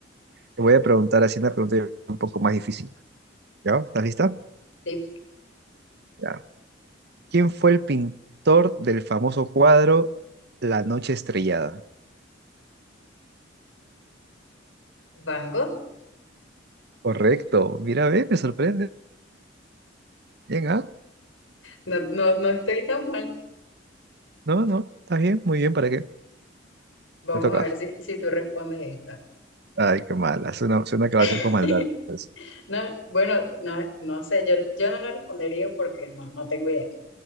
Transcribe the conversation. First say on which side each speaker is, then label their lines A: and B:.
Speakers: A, on the right; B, on the left.
A: Te voy a preguntar así una pregunta un poco más difícil. ¿Ya? ¿Estás lista?
B: Sí,
A: Ya. ¿Quién fue el pintor del famoso cuadro La Noche Estrellada?
B: Van Gogh.
A: Correcto. Mira, ve, me sorprende. Bien, ¿ah?
B: No, no, no estoy tan mal.
A: No, no, Está bien, muy bien, ¿para qué?
B: Vamos
A: Te toca.
B: a ver si, si tú respondes esta.
A: Ay, qué mala. Suena, suena que va a
B: <laughs>
A: ser con maldad. eso.
B: No, bueno, no, no sé, yo, yo no la respondería porque no, no tengo idea.